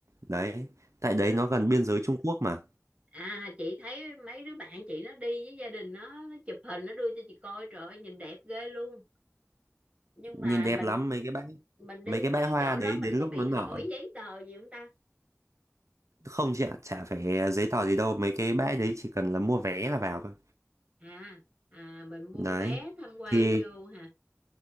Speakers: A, on the right; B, on the right.
A: Đấy. Tại đấy
B: được
A: nó gần biên giới Trung Quốc mà.
B: à chị thấy mấy đứa bạn chị nó đi với gia đình nó nó chụp hình nó đưa cho chị coi trời ơi nhìn đẹp ghê luôn nhưng
A: nhìn
B: mà
A: đẹp
B: mình
A: lắm mấy cái bãi
B: mình đi
A: mấy cái
B: mấy
A: bãi
B: cái
A: hoa
B: chỗ
A: đấy
B: đó mình
A: đến
B: có
A: lúc
B: bị
A: nó nở
B: hỏi giấy tờ gì không ta
A: không chị ạ chả phải giấy tờ gì đâu mấy cái bãi đấy chỉ cần là mua vé là vào thôi
B: à à mình mua
A: đấy
B: vé tham quan
A: thì
B: vô hả